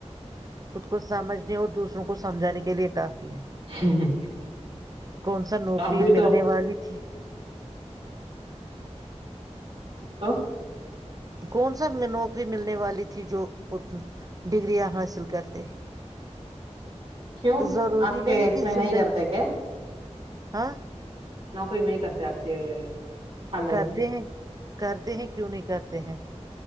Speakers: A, on the right; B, on the right.
A: خود کو سمجھنے اور دوسرا کو سمھانے کے لیے کہا
B: آپ
A: کون سا نوکری
B: بھی تو
A: ملنے والی تھی
B: ا تو
A: کون سا نوکری ملنے والی تھی جو ڈگگریاں حاصل کرتے
B: کیوں
A: ضروری
B: آپ کے اس
A: کہ
B: میں نہیں
A: زندگی
B: کرتے کیا
A: ہاں
B: نوکری نہیں کرتے آپ کے خاندان
A: کرتے
B: میں
A: ہیں کرتے ہیں کیوں نہیں کرتے ہیں